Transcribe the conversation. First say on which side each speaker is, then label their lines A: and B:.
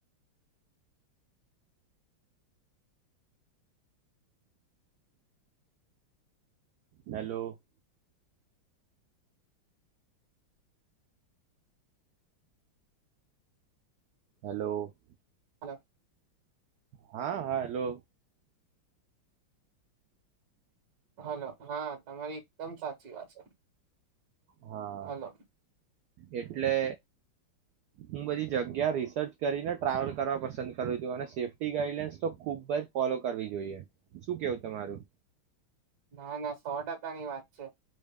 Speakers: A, on the right; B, on the right.
A: હાલો. હાલો.
B: હાલો.
A: હા હાલો.
B: હલો હા તમારી એકદમ સા. ચી વાત છે..
A: હા.
B: હલો
A: એટલે. હું બધી જગ્યા રિસર્ચ કરીને ટ્રાવેલ કરવા પસંદ કરું છું. અને સેફ્ટી ગાઈડલાઇન્સ તો ખુબ જ ફોલો કરવી જોઈએ શું કેવું તમારું.
B: ના ના સો ટકા ની વાત. છે